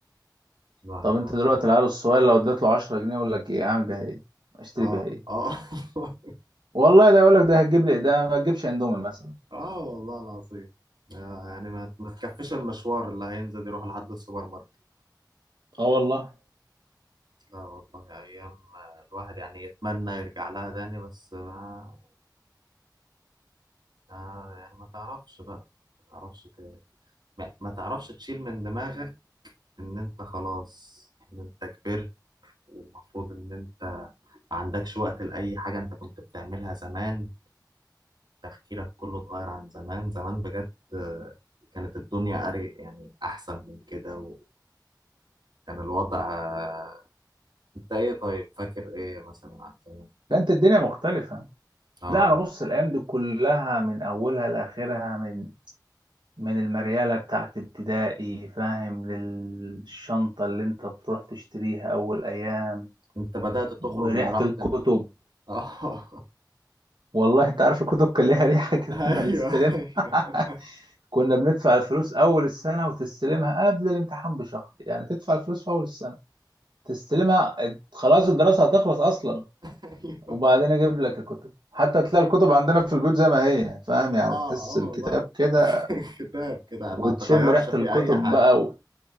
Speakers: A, on the right (about 65°); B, on the right (about 85°).
A: <laughs> الواحد
B: طب انت
A: والله
B: دلوقتي العيال الصغير لو اديت له 10 جنيه يقول لك ايه اعمل بيها ايه اشتري
A: آه
B: بيها ايه
A: آه <laughs>
B: والله ده يقول لك ده هتجيب لي ده ما تجيبش اندومي مثلا
A: آه والله العظيم آه يعني ما ما تكفيش المشوار اللي هينزل يروح لحد السوبر ماركت
B: اه والله
A: لا والله أيام الواحد يعني يتمنى يرجع لها تاني بس ما ما- يعني ما تعرفش بقى ما تعرفش ت... ما ما تعرفش تشيل من دماغك إن أنت خلاص إن أنت كبرت والمفروض إن أنت ما عندكش وقت لأي حاجة أنت كنت بتعملها زمان تفكيرك كله اتغير عن زمان زمان بجد آه، كانت الدنيا أري يعني أحسن من كده وكان الوضع آه، أنت إيه طيب فاكر إيه مثلا عن زمان؟
B: فانت الدنيا مختلفة
A: آه
B: لا انا بص الايام دي كلها من اولها لاخرها من من المريالة بتاعت ابتدائي فاهم للشنطة اللي انت بتروح تشتريها اول ايام
A: أنت بدأت تخرج
B: وريحة
A: من راحة
B: الكتب
A: اه
B: والله انت عارف الكتب كان ليها ريحة <laughs> كده
A: <laughs> ايوه
B: لما نستلمها
A: ايوه
B: <laughs> كنا بندفع الفلوس اول السنة وتستلمها قبل الامتحان بشهر يعني تدفع الفلوس في اول السنة تستلمها خلاص الدراسة هتخلص أصلا
A: ايوه
B: وبعدين أجيب لك الكتب حتى تلاقي الكتب عندنا في البيوت زي ما هي فاهم
A: اه
B: يعني تحس
A: اه
B: الكتاب
A: والله
B: كده
A: <laughs> كتاب كده
B: وتشم
A: ما تغيرش
B: ريحة
A: فيه
B: الكتب
A: اي حاجه
B: بقى و...